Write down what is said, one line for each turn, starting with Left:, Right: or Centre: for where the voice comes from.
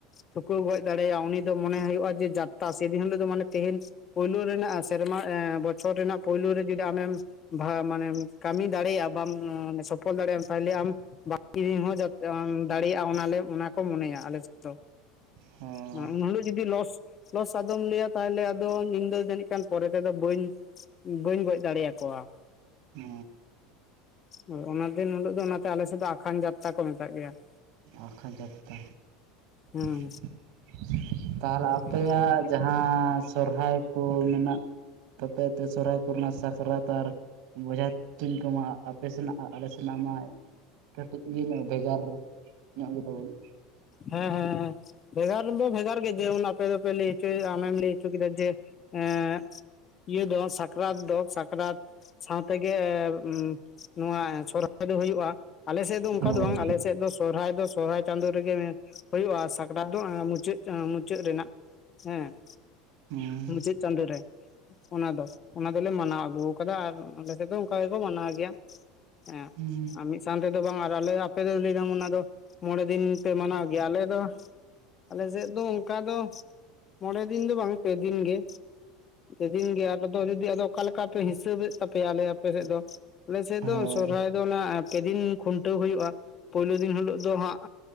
Left: ᱴᱷᱩᱠᱟᱹᱣ ᱜᱚᱡ ᱫᱟᱲᱮᱭᱟ ᱩᱱᱤ ᱫᱚ ᱢᱚᱱᱮ ᱦᱩᱭᱩᱜᱼᱟ ᱡᱮ ᱡᱟᱛᱛᱟ ᱥᱮᱫᱤᱱ ᱦᱤᱞᱳ ᱫᱚ ᱢᱟᱱᱮ ᱛᱮᱦᱮ ᱯᱳᱭᱞᱳ ᱨᱮᱱᱟᱜ ᱥᱮᱨᱢᱟ ᱮᱸ ᱵᱚᱪᱷᱚᱨ ᱨᱮᱱᱟᱜ ᱯᱳᱭᱞᱳ ᱨᱮ ᱡᱩᱫᱤ <unintelligible> ᱟᱢᱮᱢ ᱢᱟᱱᱮᱢ ᱠᱟᱹᱢᱤ ᱫᱟᱲᱮᱭᱟᱜᱼᱟ ᱵᱟᱢ ᱥᱚᱯᱷᱚᱞ ᱫᱟᱲᱮᱭᱟᱜᱼᱟᱢ ᱛᱟᱦᱚᱞᱮ ᱟᱢ ᱤᱧ ᱦᱚᱸ <unintelligible> ᱫᱟᱲᱮᱭᱟᱜᱼᱟ ᱚᱱᱟᱞᱮ ᱚᱱᱟ ᱠᱚ ᱢᱚᱱᱮᱭᱟ ᱟᱞᱮ ᱥᱮᱫ ᱫᱚ᱾
Right: ᱚ
Left: ᱩᱱᱦᱤᱞᱳᱜ ᱡᱩᱫᱤ ᱞᱚᱥ ᱞᱚᱥ ᱟᱫᱚᱢ ᱞᱟᱹᱭᱟ ᱛᱟᱦᱚᱞᱮ ᱟᱫᱚ ᱤᱧ ᱫᱚ ᱡᱟᱹᱱᱤᱡ ᱯᱚᱨᱮ ᱛᱮᱫᱚ ᱵᱟᱹᱧ ᱵᱟᱹᱧ ᱜᱚᱡ ᱫᱟᱲᱮᱭᱟ ᱠᱚᱣᱟ ᱾
Right: ᱚ ᱾
Left: ᱳ ᱚᱱᱟ ᱫᱤᱱ ᱦᱤᱞᱳᱜ ᱫᱚ ᱚᱱᱟᱛᱮ ᱟᱞᱮ ᱥᱮᱫ ᱫᱚ ᱟᱠᱷᱟᱱ ᱡᱟᱛᱛᱟ ᱠᱚ ᱢᱮᱛᱟᱜ ᱜᱮᱭᱟ ᱾
Right: ᱟᱠᱷᱟᱱ ᱡᱟᱛᱛᱟ
Left: ᱦᱩᱸ
Right: <inaudible> ᱛᱟᱦᱞᱮ
Left: ᱦᱳᱭ
Right: ᱟᱯᱮᱭᱟᱜ
Left: ᱦᱳᱭ
Right: ᱡᱟᱦᱟᱸ ᱥᱚᱨᱦᱟᱭ ᱠᱚ ᱢᱮᱱᱟᱜ ᱛᱟᱯᱮ ᱛᱚ ᱥᱚᱨᱦᱟᱭ ᱠᱚᱨᱮᱱᱟᱜ ᱥᱟᱠᱨᱟᱛ ᱟᱨ ᱵᱚᱡᱷᱟ ᱛᱩᱧ ᱠᱚᱢᱟ ᱟᱯᱮ ᱥᱮᱱᱟᱜ ᱟᱞᱮ ᱥᱮᱱᱟᱜ ᱢᱟ ᱠᱟᱹᱴᱤᱡ ᱤᱭᱟᱹ <unintelligible> ᱢᱮ ᱵᱷᱮᱜᱟᱨ ᱧᱚᱜ ᱜᱮᱛᱟ ᱵᱚᱱ ᱾
Left: ᱦᱮᱸ ᱦᱮᱸ ᱦᱮᱸ ᱵᱷᱮᱜᱟᱨ ᱫᱚ ᱵᱷᱮᱜᱟᱨ ᱜᱮ ᱡᱮᱢᱚᱱ ᱟᱯᱮ ᱫᱚᱯᱮ ᱞᱟᱹᱭ <unintelligible> ᱟᱢᱮᱢ ᱞᱟᱹᱭ ᱦᱚᱪᱚ ᱠᱮᱫᱟ ᱡᱮ ᱮᱸᱜ ᱤᱭᱟᱹ ᱫᱚ ᱥᱟᱠᱨᱟᱛ ᱫᱚ ᱥᱟᱠᱨᱟᱛ ᱥᱟᱶ ᱛᱮᱜᱮ ᱩᱸ ᱱᱚᱣᱟ ᱥᱚᱨᱦᱟᱭ ᱫᱚ ᱦᱩᱭᱩᱜᱼᱟ, ᱟᱞᱮ ᱥᱮᱫ ᱫᱚ ᱚᱱᱠᱟ
Right: ᱦᱳᱭ
Left: ᱫᱚ ᱵᱟᱝ ᱟᱞᱮ ᱥᱮᱫ ᱫᱚ ᱥᱚᱨᱦᱟᱭ ᱫᱚ ᱥᱚᱨᱦᱟᱭ ᱪᱟᱸᱫᱳ ᱦᱳᱭᱳᱜᱼᱟ ᱾ ᱥᱟᱠᱨᱟᱛ ᱫᱚ ᱢᱩᱪᱟᱹᱫ ᱢᱩᱪᱟᱹᱫ ᱨᱮᱱᱟᱜ ᱦᱮᱸ ᱾
Right: ᱦᱩᱸ ᱾
Left: ᱢᱩᱪᱟᱹᱫ ᱪᱟᱸᱫᱳ ᱨᱮ ᱾ ᱚᱱᱟ ᱫᱚ ᱚᱱᱟ ᱫᱚᱞᱮ ᱢᱟᱱᱟᱣ ᱟᱹᱜᱩ ᱠᱟᱫᱟ ᱟᱨ ᱟᱞᱮ ᱥᱮᱫ ᱫᱚ ᱚᱱᱠᱟ ᱜᱮᱠᱚ ᱢᱟᱱᱟᱣ ᱜᱮᱭᱟ ᱾ ᱦᱮᱸ
Right: ᱦᱩᱸ
Left: ᱟᱨ ᱢᱤᱫ ᱥᱟᱶ ᱛᱮ ᱫᱚ ᱵᱟᱝ ᱟᱞᱮ ᱟᱯᱮ ᱫᱚ ᱞᱟᱹᱭᱫᱟᱢ ᱚᱱᱟ ᱫᱚ ᱢᱚᱬᱮ ᱫᱤᱱ ᱯᱮ ᱢᱟᱱᱟᱣ ᱜᱮᱭᱟ, ᱟᱞᱮ ᱫᱚ ᱟᱞᱮ ᱥᱮᱫ ᱫᱚ ᱚᱱᱠᱟ ᱫᱚ ᱢᱚᱬᱮ ᱫᱤᱱ ᱫᱚ ᱵᱟᱝ ᱯᱮ ᱫᱤᱱ ᱜᱮ ᱾ ᱯᱮ ᱫᱤᱱ ᱜᱮ ᱟᱫᱚ ᱡᱫᱤ ᱟᱫᱚ ᱚᱠᱟ ᱞᱮᱠᱟ ᱯᱮ ᱦᱤᱥᱟᱹᱵᱮᱫ ᱛᱟᱯᱮᱭᱟ ᱟᱞᱮ ᱟᱯᱮ ᱥᱮᱫ ᱫᱚ? ᱟᱞᱮᱥᱮᱫ ᱫᱚ
Right: ᱦᱳᱭ
Left: ᱥᱚᱨᱦᱟᱭ ᱫᱚ ᱚᱱᱟ ᱯᱮ ᱫᱤᱱ ᱠᱷᱩᱱᱴᱟᱹᱣ ᱦ <unintelligible> ᱦᱩᱭᱩᱜ-ᱟ ᱯᱳᱭᱞᱳ ᱫᱤᱱ ᱦᱤᱞᱳᱜ ᱫᱚ ᱦᱟᱸᱜ